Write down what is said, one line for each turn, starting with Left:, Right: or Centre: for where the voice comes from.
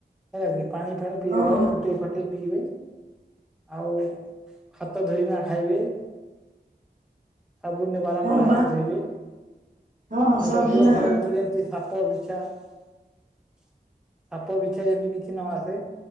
Centre: ହେଲା ପାଣି ଫାଣି ପିଇଲା
Right: ହଁ
Centre: ବଳେ ଫୁଟେଇ ଫାଟେଇ ପିଇବେ। ଆଉ ହାତ ଧୋଇକିନା ଖାଇବେ। ସାବୁନରେ ବାରମ୍ବାର
Right: ହଁ ବା
Centre: ହାତ ଧୋଇବେ।
Right: ହଁ
Centre: ଆଉ
Right: ସବୁ
Centre: ଜଗିବ
Right: ନା
Centre: ଘର ଭିତରେ ଯେମିତି ସାପ ବିଛା ସାପ ବିଛା ଯେମତି କିଛି ନ ଆସେ।